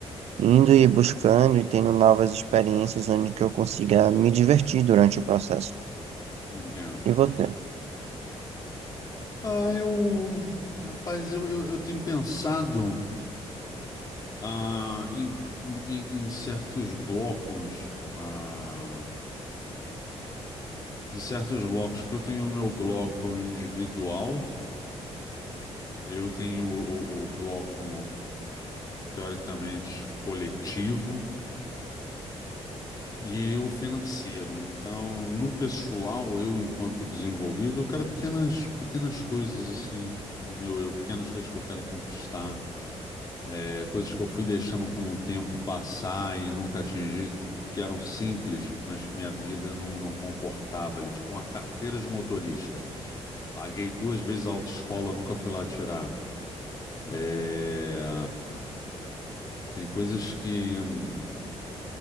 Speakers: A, on the right (about 70°); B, on the left (about 35°).
A: indo e buscando e tendo novas experiências onde que eu consiga me divertir durante o processo.
B: Entendo.
A: E você?
B: Ah, eu, rapaz, eu, eu, eu tenho pensado ah, em, em, em certos blocos, ah, em certos blocos, porque eu tenho o meu bloco individual, eu tenho o, o, o bloco teoricamente coletivo e o financeiro. Então, no pessoal, eu enquanto desenvolvido, eu quero pequenas pequenas coisas assim do meu eu, pequenas coisas que eu quero conquistar, é, coisas que eu fui deixando com o tempo passar e nunca atingi. Que eram simples, mas que minha vida não, não comportava ali. Tipo, uma carteira de motorista. Paguei duas vezes a autoescola, nunca fui lá tirar. É, Tem coisas que. hum,